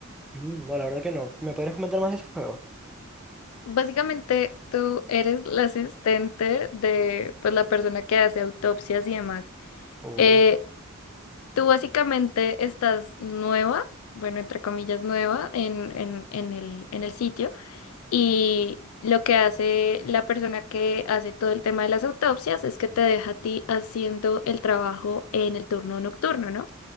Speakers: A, in the centre; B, on the left.
A: Ujú, No, la verdad que no. ¿Me podrías comentar más de ese juego?
B: Básicamente, tú eres la asistente de pues, la persona que hace autopsias y demás.
A: Oh,
B: Eh, Tú básicamente estás nueva, bueno, entre comillas nueva, en, en, en el, en el sitio y lo que hace la persona que hace todo el tema de las autopsias es que te deja a ti haciendo el trabajo en el turno nocturno, ¿no?